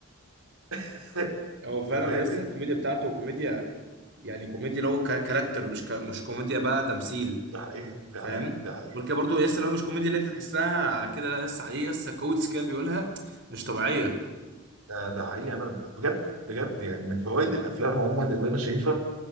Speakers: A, on the right; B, on the right.
A: <laughs> انت
B: هو فعلا
A: فاهمني؟
B: يس الكوميديا بتاعته كوميديا يعني كوميديا اللي هو ك- كاركتر مش ك... مش كوميديا بقى تمثيل
A: ده حقيقي ده
B: فاهم
A: حقيقي ده حقيقي
B: غير كده برضه يس لو مش كوميديا اللي انت تحسها كده لا يس عليه يس كوتس كده بيقولها مش طبيعيه
A: ده ده حقيقي انا بجد بجد يعني من فوائد الافلام عموما اللي انا شايفها